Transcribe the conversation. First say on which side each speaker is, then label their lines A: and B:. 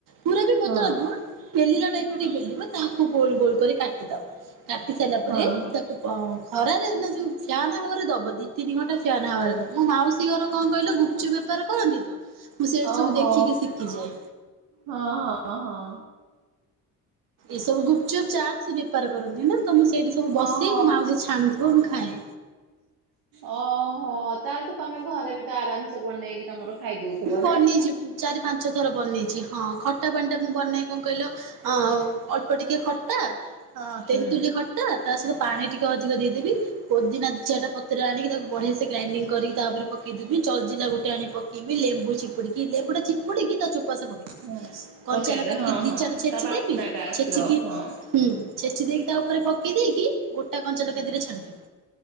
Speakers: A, on the right; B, on the right.
A: ପୁର ବି ପତଳା
B: ହଁ
A: ନୁହ। ବେଲିଲା ଟାଇପ ର ଟିକେ ବେଲିବ ତାହାକୁ ଗୋଲ ଗୋଲ କରି କାଟିଦବ। କାଟି ସାରିଲା ପରେ
B: ହଁ ହଁ
A: ତାକୁ ଅଁହଁ ଖରାରେ ନା ଯୋଉ ଫ୍ୟାନ୍ ହାୱାରେ ଦବ ଦିଇ ତିନି ଘଣ୍ଟା ଫ୍ୟାନ୍ ହାୱାରେ ଦବ ମୋ ମାଉସୀ ଘର କଣ କହିଲ ଗୁପଚୁପ ବେ ପାର କରନ୍ତି ତ। ମୁଁ ସେଇଠି
B: ଓହୋ
A: ସବୁ ଦେଖିକି ଶିଖିଯାଏ।
B: ହଁ ହଁ ହଁ।
A: ଏସବୁ ଗୁପଚୁପ୍ ଚାଟ୍ ସେ ବେପାର କରନ୍ତି। ନା ତ ମୁଁ ସେଇଟି ସବୁ ବସି
B: ଓହୋ।
A: ମୁଁ ମାଉସୀ ଛାଣୁଥିବ ମୁଁ ଖାଏ।
B: ଅହୋ ତାହେଲେ ତ ତମେ ଘରେ ବି ତ ଆରାମସେ ବନେଇକି ତମର ଖାଇଦଉଥିବ
A: ମୁଁ ବନିଚି
B: ନାଇଁ?
A: ଚାରି ପାଞ୍ଚ ଥର ବନେଇଚି ହଁ ଖଟା ପାଣି ଟା ମୁଁ ବନେଇ କଣ କହିଲ ଅଉ ଅଳ୍ପ ଟିକେ ଖଟା। ଅଁ ତେନ୍ତୁଲି
B: ହୁଁ।
A: ଖଟା ଟା ସହିତ ପାଣି ଟିକେ ଅଧିକ ଦେଇଦେବି। ପୋଦିନା ଦି ଚିଟା ପତ୍ରର ଆଣିକି ତାକୁ ବଢିଆ ସେ ଗ୍ରାଇଣ୍ଡିଙ୍ଗି କରିକି ତାପରେ ପକେଇଦବି ଜଲଜୀରା ଗୋଟେ ଆଣିି ପ ଇବି ଲେମ୍ବୁ ଚିପୁଡିକି ଲେମ୍ବୁଟା ଚିପୁିଡିକି ତା ଚୋପାସ ପକେଇ
B: ହଁ
A: କଞ୍ଚା
B: ପକେଇଦେ
A: ଲଙ୍କା
B: ହଁ
A: ଟିକେ ଦି
B: ହଁ
A: ଚାରଟା ଛେଚି
B: ତା ବାସ୍ନା
A: ଦେଇକି
B: ଟା ଆସିବ
A: ଛେଚିକି
B: ହଁ।
A: ହୁଁ ଛେଚି ଦେଇକି ତା ଉପରେ ପକେଇ ଦେଇକି ଗୋଟା କଞ୍ଚା
B: ହୁଁ
A: ଲଙ୍କାଦିଟା ଛାଡିଦେବି।